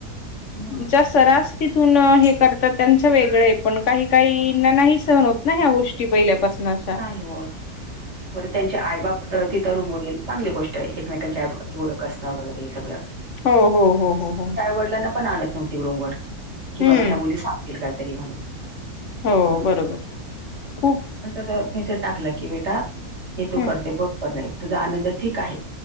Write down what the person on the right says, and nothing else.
मग
नाही होत बर त्यांचे आई बाप तं तिथं रूम वरील चांगली गोष्टय एकमेकांच्या ओळख असणं वगैरे हे सगळं.
आई -वडिलांना पण आणत नव्हती रूम वर कि
बाबा ह्या मुली सांग दिलं काहीतरी म्हणून
तं मेसेज टाकला की बेटा हे तू
करते बरोबर नाही तुझा आनंद ठीक आहे.